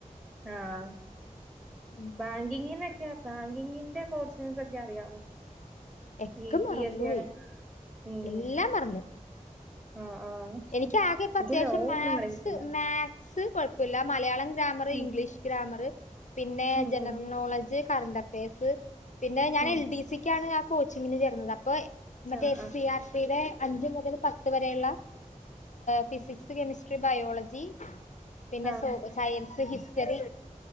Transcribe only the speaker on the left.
ഉം
ഒക്കെ
മറന്നുപോയി
എല്ലാം മറന്നു
എനിക്ക് ആകെ ഇപ്പ
അത്യാവശ്യം
മാത്സ്
മാ സ് കുഴപ്പല്ല മലയാളം ഗ്രാമർ
ഇംഗ്ലീഷ് ഗ്രാമർ പിന്നെ
ജനറൽ
നോളജ് കറന്റ് അഫെയേഴ്സ് പിന്നെ ഞാൻ
എൽ ഡി സി ണ് ആ കോച്ചിങ്ങിന് ചേർന്നത് അപ്പൊ മറ്റേ
എസ്
സി ആർ ടിയുടെ അന്ജ് മുതൽ പത്ത് വരെയുള്ള ഫിസിക്സ് കെമിസ്ട്രി ബയോളജി പിന്നെ
സോ സയൻസ് ഹിസ്റ്ററി